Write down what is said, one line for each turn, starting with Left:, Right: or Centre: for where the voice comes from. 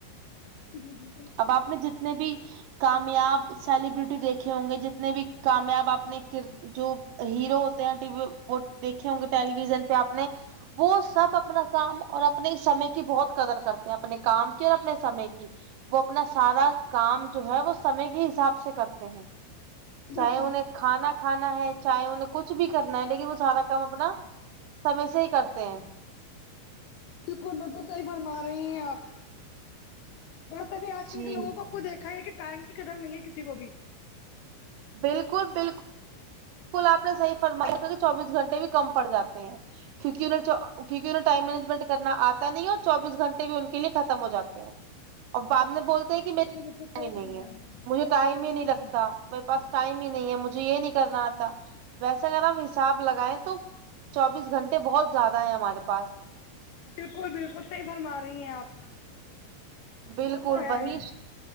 Left: جی
Right: اب آپ نے جتنے بھی کامیاب سیلیبریٹی دیکھے ہوں گے جتنے بھی کامیاب اپنے کر جو ہیرو ہوتے ہیں ٹی وی وہ دیکھے ہوں گے ٹیلی ویژن پہ آپ نے وہ سب اپنا کام اور اپنے سمے کی بہت قدر کرتے ہیں اپنے کام کی اور اپنے سمے کی وہ اپنا سارا کام جو ہے وہ سمے کے حساب سے کرتے ہیں
Left: بالکل
Right: چاہے انہیں کھانا کھانا ہے چاہے انہیں کچھ بھی کرنا ہے لیکن وہ سارا کام اپنا سمے سے ہی کرتے ہیں
Left: بالکل بالکل کو صحیح بنوا رہی ہیں آپ ویسے بھی آج کل
Right: جی
Left: کے لووں کو آپ کو دیکھا ہے کہ ٹائم کی قدم نہیں ہے کسی کو بھی
Right: بالکل بالکل الکل آپ نے صحی فرمایا چوبیس گھنٹے بھی کم پڑ جاتے ہیں کیوںکہ انہیں کیونکہ انھ ٹائم
Left: بالکل
Right: مینجمنٹ کرنا تا نہیں ہو اور چوبیس گھٹے بھی ان کے لیے ختم ہو جاتے ہیں اور باپ نے بولت تے کہ
Left: بالکل صحیح
Right: نہیں
Left: فرما رہی ہیں
Right: مجھے ٹائم ہی نہیں
Left: بالکل
Right: لگتا میرے پاس ٹائم ہی نہیں ہے مجھے یہ نہیں کرنا آتا ویسے اگر ہم حساب لگائیں تو چوبیس گھنٹے بہت زیادہ ہے ہمارے پاس
Left: بالکل بالکل صیح فرما رہی ہیں آپ
Right: بالکل
Left: وہ تو ہے
Right: وہی
Left: ہی